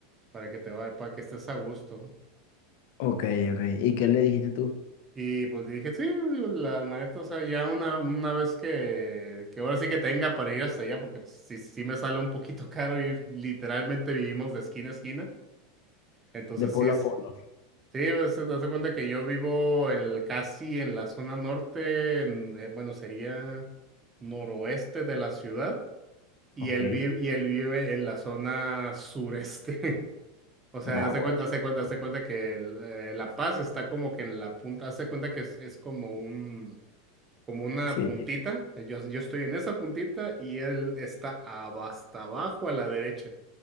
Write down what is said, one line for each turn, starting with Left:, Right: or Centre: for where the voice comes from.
Right: para que te vaya, para que estés a gusto.
Left: Ok, ok. ¿Y qué le dijiste tú?
Right: Y pues dije, sí, digo, la la neta, o sea, ya una, una vez que, que ahora sí que tenga para ir hasta allá, porque pues, sí, sí me sale un poquito <laughs> caro ir, literalmente vivimos de esquina a esquina. Entonces
Left: De
Right: sí
Left: polo
Right: es,
Left: a
Right: sí,
Left: polo.
Right: pues, haz de cuenta que yo vivo en el- casi en la zona norte, en- eh, bueno, sería noroeste de la ciudad. y
Left: Ok,
Right: él vive, y él vive en la zona sureste. <laughs> O sea,
Left: náguara.
Right: hace cuenta, hace cuenta, hace cuenta que el, eh, La Paz está como que en la punta, hace cuenta que es, es como un, como una
Left: Sí,
Right: puntita. Yo, yo estoy en esa puntita y él está ab- hasta abajo a la derecha,